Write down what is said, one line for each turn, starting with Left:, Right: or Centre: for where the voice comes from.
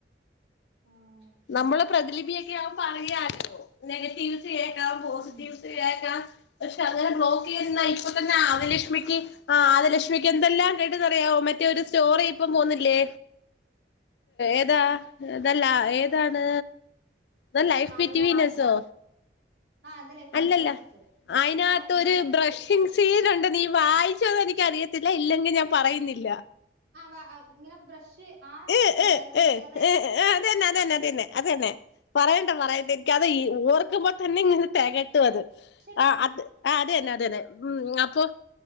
Right: ആഹ്
Left: നമ്മളെ പ്രതിലിപിയ ക്കെവുമ്പം അറിയാലോ നെഗറ്റീവ് റ്റ് കേക്കാം പോസിറ്റീവ്സ്
Right: ഉം
Left: കേക്കാം പക്ഷെ അങ്ങനെ ബ്ലോക്ക് ചെയ്ന്ന ഇപ്പൊ തന്നെ ആദിലഷ്മിക്ക് ആ ആദലഷ്മിക്ക് എന്തെല്ലാം കേട്ടന്ന്റിയാവോ മറ്റേ ഒരു സ്റ്റോറി ഇപ്പൊ പോന്നില്ലേ ഏതാ ഇതല്ലാ എ ആതാണ് ദ ലൈഫ്
Right: ആരൊരാളാണോ
Left: ബിറ്റ് വിനസൊ
Right: ആഹ് അത് ലൈഫ്
Left: അല്ലല്ല
Right: ബിറ്റ്വീൻ അസ്
Left: അയിനാത്തോര്
Right: ആഹ് ലൈഫ് ബിറ്റ്വീൻ
Left: ഒരു ബ്രഷിങ്
Right: അസ്
Left: സീൻ ഉണ്ട് നീ വായിച്ചോന്ന് എനിക്കറിയ ത്തില്ല ഇല്ലെങ്കി ഞാൻ പറയുന്നില്ല
Right: ആ വാഹാവ് ഇങ്ങനെ ബ്രഷ് ആ
Left: ഏ ഏ
Right: റേ
Left: ഏ
Right: റേ
Left: ഏ അതന്നെ അതന്നെ അതന്നെ അത് തന്നെ പറയണ്ട പറയണ്ടെ എനിക്ക് അത് ഓർക്കുമ്പോൾ തന്നെ ഇങ്ങനെ തെകയ്ട്ടും അത്
Right: റേ
Left: ആ അത് ആ അതന്നെ അതന്നെ ഉം അപ്പൊ